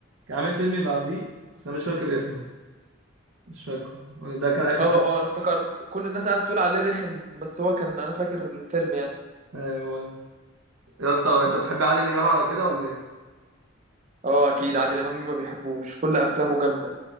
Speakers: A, on the right; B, on the right.
A: كان عامل فيلم بعديه بس انا مش فاكر اسمه مش فاكره ولا ده كان اخر
B: اه
A: فيلم
B: اه انا افتكرت كل الناس قاعده تقول عليه رخم بس هو كان انا فاكر الفيلم يعني
A: ايوه هو ده يا اسطى انت بتحب عادل امام على كده ولا ايه
B: اه اكيد عادل امام مين ما بيحبوش كل افلامه جامده